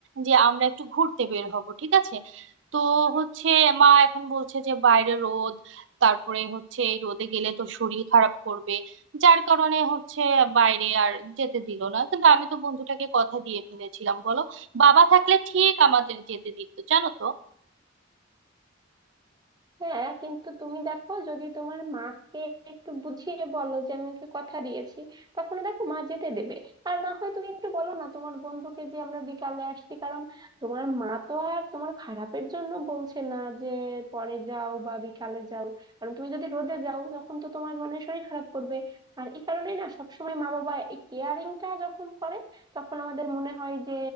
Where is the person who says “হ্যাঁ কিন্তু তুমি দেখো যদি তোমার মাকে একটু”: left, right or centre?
Right